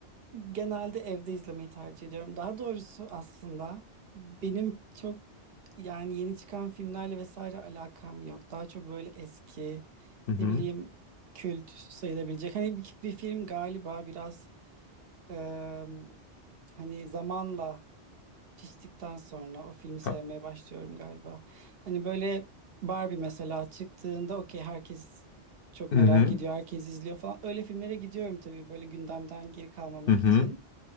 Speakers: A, on the right; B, on the left.
A: Genelde evde izlemeyi tercih ediyorum. Daha doğrusu aslında benim çok yani yeni çıkan filmlerle vesaire alakam yok. Daha çok böyle eski
B: Hı hı.
A: ne bileyim kült sayılabilecek. Hani bir, bir film galiba biraz eee, hani zamanla piştikten sonra o filmi sevmeye
B: Ha-
A: başlıyorum galiba. Hani böyle Barbie mesela çıktığında okey herkes çok
B: Hı
A: merak
B: hı.
A: ediyor, herkes izliyor falan. Öyle filmlere gidiyorum tabii böyle gündemden geri kalmamak
B: Hı hı.
A: için.